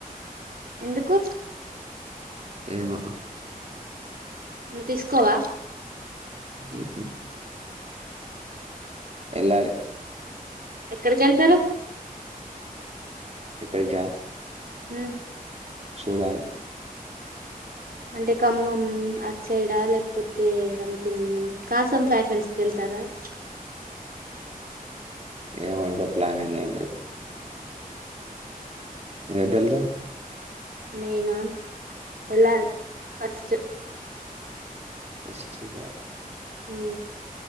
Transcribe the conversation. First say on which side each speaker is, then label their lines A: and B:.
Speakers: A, on the right; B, on the right.
A: ఎందుకు
B: ఏమో
A: నువ్వు తీసుకోవా
B: ఉహ్మ్ ఎల్లాలి
A: ఎక్కడికి వెళ్తారు
B: ఎక్కడికా
A: ఉమ్
B: చూడాలి
A: అంటే ఖమ్మం అట్ సైడా లేకపోతే సంథింగ్ కాసం ఫ్యాషన్స్కి వెళ్తరా ార
B: ఏమో ఇంకా ప్లానింగ్ ఏం లేదు <unintelligible>
A: నేనా ఎల్లాలి ఫస్ట్
B: ఫస్ట్కా
A: హ